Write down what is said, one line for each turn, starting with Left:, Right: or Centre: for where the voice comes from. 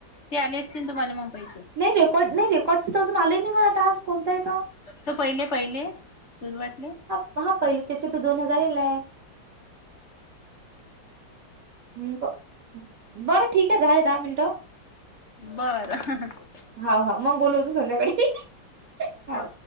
Left: ते आले असतील... तुम्हाला मग पैसे
Right: नई... रेकॉर्ड... रेकॉर्डचा तर अजून आले नई मला टास्क... कोणता ए तो
Left: त... पहिले पहिले सुरुवातले
Right: हा पहिले... त्याचे तर दोन हजार येयले हूं... बरं ठीक ए... झाले दहा मिनटं
Left: बरं... हं हं हं
Right: हाव... हाव... मग बोलवतो... संध्याकाळी.... हाव
Left: हो